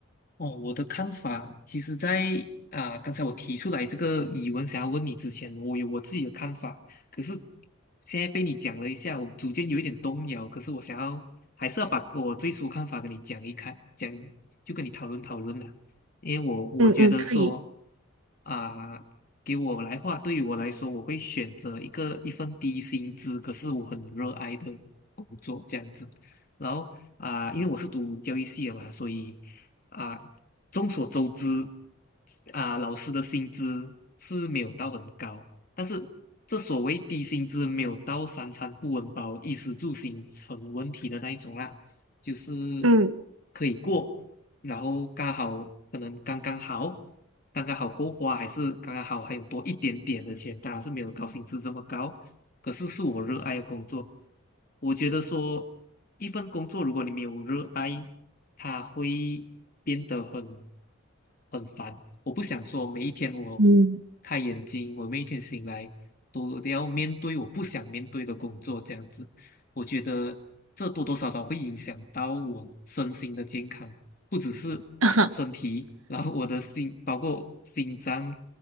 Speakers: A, on the left; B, on the right.
A: 哦，我的看法，其实在，啊，刚才我提出来这个疑问，想要问你之前，我有我自己的看法，可是现在被你讲了一下，我逐渐有一点动摇。可是我想要，还是要把我最初看法跟你讲一看，讲就跟你讨论讨论了，因为我我觉得说，
B: 嗯嗯，可以。
A: 啊、给我来话，对于我来说，我会选择一个一份低薪资，可是我很热爱的。手这样子。然后啊、因为我是读教育系的嘛，所以啊、众所周知啊、老师的薪资是没有到很高，但是这所谓低薪资没有到三餐不温饱、衣食住行成问题的那一种啦。就是
B: 嗯。
A: 可以过，然后刚好可能刚刚好，刚刚好够花，还是刚刚好还有多一点点的钱，当然是没有高薪资这么高，可是是我热爱的工作。我觉得说一份工作，如果你没有热爱，它会变得很很烦。我不想说每一天我
B: 嗯。
A: 开眼睛，我每一天醒来都要面对我不想面对的工作这样子。我觉得这多多少少会影响到我身心的健康，不只是身体，
B: <laughs>
A: 然后我的心，包括心脏，